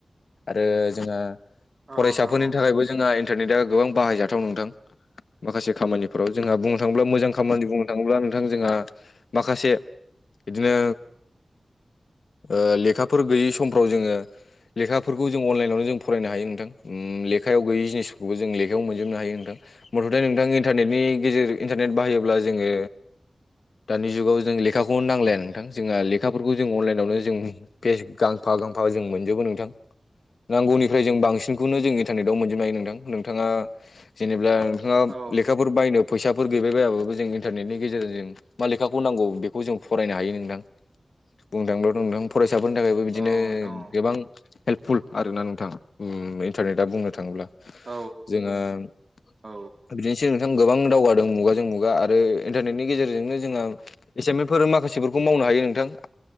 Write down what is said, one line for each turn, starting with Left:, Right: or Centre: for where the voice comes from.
Left: आरो जोंहा
Right: औ
Left: फरायसाफोरनि
Right: नोंथां
Left: थाखायबो जोंहा इन्टारनेटआ गोबां बाहायजाथाव नोंथां माखासे खामानिफोराव जोंहा बुंनो थाङोब्ला मोजां खामानि बुङो नो थाङोब्ला नोंथां जोंहा माखासे बिदिनो ओ लेखाफोर गैयै समफ्राव जोङो लेखाफोरखौ जों अनलाइनावनो जों फरायनो हायो नोंथां ओ उम ले खायाव गैयि जिनिसखौबो जों लेखायाव मोनजोबनो हायो नोंथां। मथथे नोंथां इन्टारनेटनि गेजेर इन्टारनेट बाहायोब्ला जोङो दानि जुगाव जों लेखाखौनो नांलाया नोंथां जोंहा लेखाफोरखौ जों अनलाइनावनो जों फेस गांफा गांफा जों मोनजोबो नोंथां नांगौनिफ्राय जों बांसिनखौनो जोंनि इन्टारनेटव मोनजोबनो हायो नोंथां नोंथाङा जेनेब्ला नोंथाङा
Right: औ
Left: लेखाफोर बायनो फैसाफोर गैबाय बायाबाबो जों इन्टारनेटनि गेजेरजों मा लेखाखौ नांगौ बेखौ जों फरायनो हायो नोंथां। बुंनो थांब्लाथ नोंथां फरायसाफोरनि थाखायबो बिदिनो
Right: औ नोंथां
Left: गोबां हेल्पफुल आरोना नोंथां उम इन्टारनेट टा बुंनो थाङोब्ला
Right: औ
Left: जोंङो ‌
Right: औ नोंथां औ
Left: बिदिनोसै नोंथां गोबां दावगादों मुगाजों मुगा आरो इन्टारनेटनि गेजेरजोंनो जोंहा एसाइमेस फोर माखासेफोरखौ मावनो हायो नोंथां